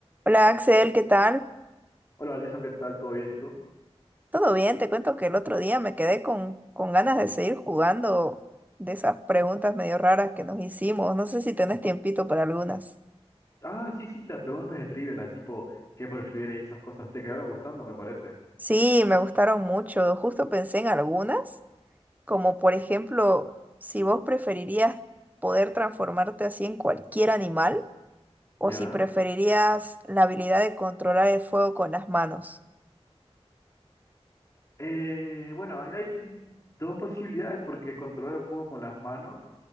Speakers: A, on the right; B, on the left.
A: Hola Axel, ¿qué tal?
B: Hola, Alison, ¿qué tal? ¿Todo bien? ¿Y tú?
A: ¿Todo bien? Te cuento que el otro día me quedé con, con ganas de seguir jugando de esas preguntas medio raras que nos hicimos. No sé si tenés tiempito para algunas.
B: Ah, sí, sí, las preguntas de trivia, las tipo, ¿qué prefieres? y Esas cosas te quedaron gustando, me parece.
A: Sí, me gustaron mucho. Justo pensé en algunas, como por ejemplo, si vos preferirías poder transformarte así en cualquier animal o
B: ¿Ya?
A: si preferirías la habilidad de controlar el fuego con las manos.
B: Eh, bueno, ahí hay dos posibilidades, porque controlar el fuego con las manos,